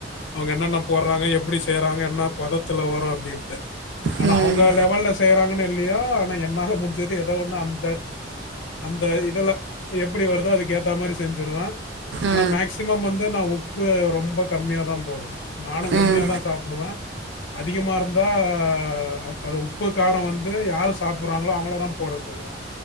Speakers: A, on the left (about 80°); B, on the right (about 70°).
A: அவ்ங்க என்னென்ன போட்றாங்க எப்டி செய்றாங்க என்ன பதத் த்துல வரு அப்டின்ட்டு ஆனா
B: ம்
A: அவ்ங்க லெவல்ல செ தெய்றாங்கனு இல்லையோ ஆனா என்னால முடிஞ்சது எதோ ஒன்னு அந்த அந்த இதுல எப்டி வருதோ அதுக்கு ஏத்த மாரி செஞ்சுருவே ஆனா
B: ஆ
A: மேக்சிமம் வந்து நா உப் ப்பு ரொம்ப கம்மியாதா போடுவே நானு கம்மியாதா
B: ம்
A: சாப்டுவே அதிகமா இருந்தா அ அத உப்பு காரோ வந்து யாரு சாப்புறாங்ளோ அவ்ங்களதா போட சொல்லுவ